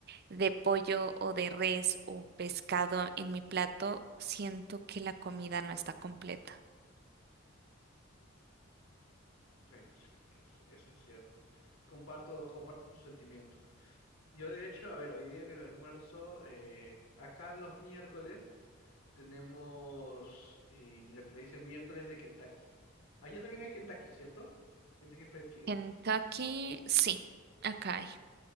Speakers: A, on the right; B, on the left.
A: de pollo o de res o pescado en mi plato, siento que la comida no está completa.
B: Bueno, sí, eso, eso es cierto. Comparto, comparto tu sentimiento. Yo de hecho, a ver, hoy día en el almuerzo, eh, acá los miércoles tenemos eh, lo que le dicen miércoles de Kentucky. Allá también hay Kentucky, ¿cierto? Kentucky Fried Chicken.
A: Kentucky, sí, acá hay.